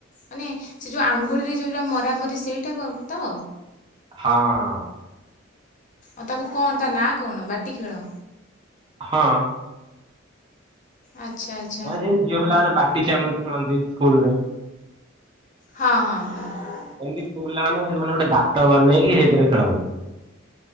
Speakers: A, on the left; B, on the right.
A: ମାନେ ସେ ଯଉ ଆଙ୍ଗୁଳିରେ ଯଉରା ମରାମରି ସେଇଟା କଉତ।
B: ହଁ ହଁ।
A: ଆ ତାକୁ କଣ ତା ନାଁ କଣ ବାଟି ଖେଳ।
B: ହଁ।
A: ଆଚ୍ଛା ଆଛା।
B: ଭାଯେ ଝିଅ ପିଲାମାନେ ବାଟି ଚାମୁଚ ଖେଣନ୍ତି ସ୍କୁଲ ରେ।
A: ହଁ ହଁ ହଁ।
B: ଏନ୍ତି ପୁଅ ପିଲାମାନେେ ମାନେ ଗୋଟେ ଗାତ ବନେଇକି ସେଇଥିରେ ଖେଳନ୍ତି।